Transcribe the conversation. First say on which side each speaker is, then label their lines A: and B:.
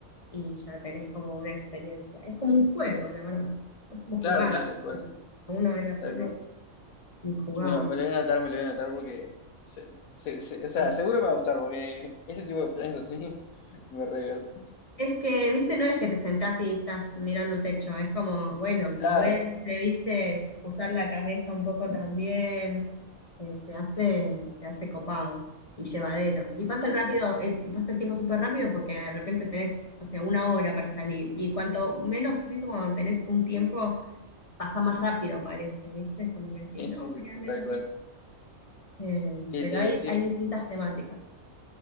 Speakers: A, on the left; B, on the left.
A: y ya tenés como una experiencia. Es como un juego, la verdad. Es como
B: claro,
A: jugar.
B: sí, tal cual,
A: Uno era pibe
B: tal cual.
A: y jugaba.
B: Me lo, me lo voy a anotar, me lo voy a anotar porque, se- se- se- o sea,
A: ¿sí?
B: seguro me va a gustar porque ese tipo de planes así <laughs> me revierte.
A: Es que, viste, no es que te sentás y estás mirando el techo, es como, bueno, moverse,
B: Claro,
A: viste, usar la cabeza un poco también, eh, se hace, se hace copado y llevadero. Y
B: sí,
A: pasa
B: sí,
A: el rápido,
B: sí,
A: eh, pasa el tiempo súper rápido porque de repente tenés, o sea, una hora para salir. Y cuanto menos, viste, cuando tenés un tiempo, pasa más rápido, parece, viste, es como que
B: <laughs>
A: sí,
B: sí,
A: no,
B: sí,
A: me queda
B: sí,
A: menos
B: tal cual.
A: tiempo. Eh,
B: ¿Qué
A: pero
B: te iba
A: hay,
B: a decir?
A: hay distintas temáticas.